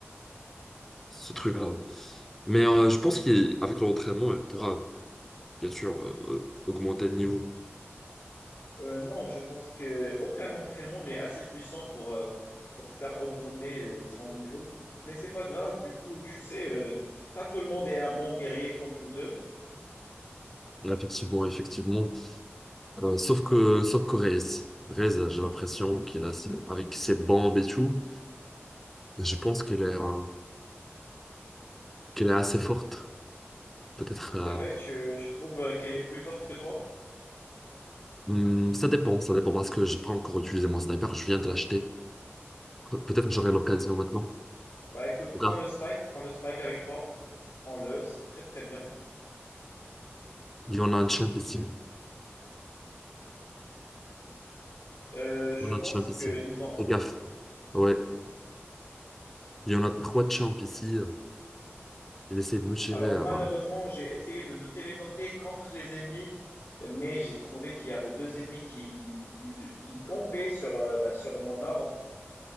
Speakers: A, in the centre; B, on the left (about 65°).
A: ce truc-là. Mais euh, je pense qu'avec l'entraînement, il pourra bien sûr euh, augmenter le niveau.
B: Euh, non, je pense que aucun entraînement n'est assez puissant pour, euh, pour faire augmenter euh, son niveau. Mais c'est pas grave, du coup, tu sais, euh, pas tout le monde est un bon guerrier comme nous deux.
A: Effectivement, effectivement. Euh, sauf que, sauf que Reyes, Reyes, j'ai l'impression qu'il a, avec ses bombes et tout, je pense qu'elle est, euh, qu'elle est assez forte. Peut-être,
B: C'est
A: euh,
B: vrai, tu, tu trouves euh, qu'elle est plus forte que toi?
A: hmm, ça dépend, ça dépend parce que j'ai pas encore utilisé mon sniper, je viens de l'acheter. Pe- Peut-être que j'aurai l'occasion maintenant.
B: Bah écoute, prends
A: Regarde,
B: le Spike, prends le Spike avec toi. Prends-le, c'est très très bien.
A: il y en a un champ ici.
B: Euh, je
A: Il y en
B: pense
A: a un champ
B: qu'ils
A: ici.
B: ont...
A: Fais gaffe. Ouais, il y en a trois champs ici. Il essaie de me tirer.
B: Alors
A: euh,
B: malheureusement,
A: bah.
B: j'ai essayé de me téléporter contre les ennemis, mais j'ai trouvé qu'il y avait deux ennemis qui, qui, qui campaient sur, euh, bah, sur mon orbe.